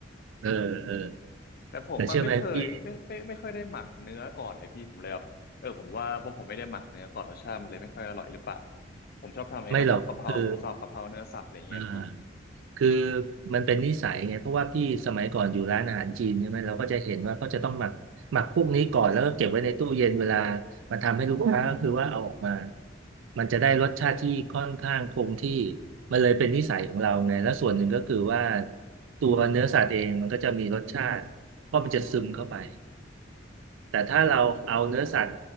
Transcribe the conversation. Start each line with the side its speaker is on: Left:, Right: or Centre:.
Right: เออเออ
Left: <laughs> แต่ผมมันไม่เคยไม่ไม่ไม่ค่อยได้หมักเนื้อก่อนเลยพี่ผมเลยแบบเออผมว่าพวกผมไม่ได้หมักเนื้อก่อนรสชาติมันเลยไม่ค่อยอร่อยหรือเปล่า
Right: แต่เชื่อไหมพี่
Left: ผมชอบทำไอ้กับพวกกะเพราหมูสับกะเพราเนื้อสับอะไรเงี้ยพี่
Right: ไม่หรอกคืออ่า คือมันเป็นนิสัยไงเพราะว่าพี่สมัยก่อนอยู่ร้านอาหารจีนใช่ไหมเราก็จะเห็นว่าเขาจะต้องหมักหมักพวกนี้ก่อนแล้วก็เก็บไว้ในตู้เย็นเวลามาทำให้ลูกค้าก็คือว่าเอาออกมามันจะได้รสชาติที่ค่อนข้างคงที่มันเลยเป็นนิสัยของเราไงแล้วส่วนหนึ่งก็คือว่าตัวเนื้อสัตว์เองมันก็จะมีรสชาติเพราะมันจะซึมเข้าไปแต่ถ้าเราเอาเนื้อสัตว์